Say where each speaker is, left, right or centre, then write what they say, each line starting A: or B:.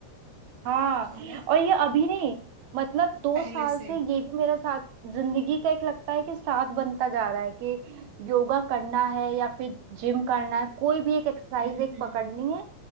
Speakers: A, on the right; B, on the right.
A: हाँ
B: है ना
A: और ये अभी नहीं मतलब दो
B: पहले
A: साल
B: से
A: से ये भी मेरा साथ जिंदगी का एक लगता है कि साथ बनता जा रहा है कि योगा करना है या फिर जिम करना है कोई भी एक एक्सरसाइज
B: हम्म
A: एक
B: हम्म
A: पकड़नी है